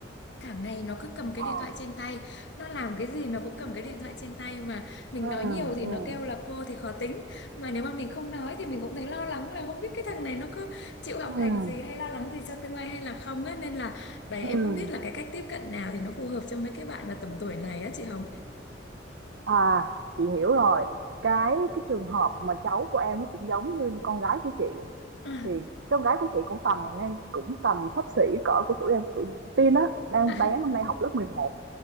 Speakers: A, on the left (about 70°); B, on the right (about 75°).
A: cả ngày nó cứ cầm cái
B: Ờ.
A: điện thoại trên tay nó làm cái gì nó cũng cầm cái điện thoại trên tay mà mình
B: ừ
A: nói nhiều thì
B: ừ
A: nó kêu là cô thì khó tính mà nếu mà mình không nói thì mình cũng thấy lo lắng là không biết cái thằng này nó cứ chịu học
B: ừ
A: hành gì hay lo lắng gì cho tương lai hay là không á nên là đấy
B: ừ
A: em
B: ừ.
A: không biết là cái cách tiếp cận nào thì nó phù hợp cho mấy cái bạn mà tầm tuổi này á chị Hồng
B: À, chị hiểu rồi. Cái cái trường hợp mà cháu của em nó cũng giống như con gái của chị.
A: à,
B: Thì con gái của chị cũng tầm ngang cũng tầm xấp xỉ cỡ của tụi em của tụi Tiên đó, đang
A: à,
B: bé năm nay học lớp 11.